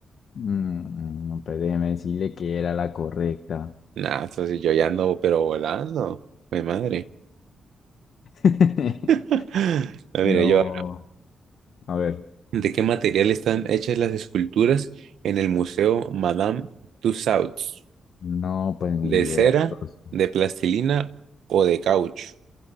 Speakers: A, on the left; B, on the right.
A: Mm, no, pues déjeme decirle que era la correcta.
B: Nah, entonces yo ya ando, pero volando. Mi madre.
A: <laughs>
B: <laughs> No,
A: No,
B: mire, yo.
A: a ver,
B: ¿De qué material están hechas las esculturas en el Museo Madame Tussauds?
A: no, pues ni
B: ¿De
A: idea,
B: cera,
A: socio.
B: de plastilina o de caucho?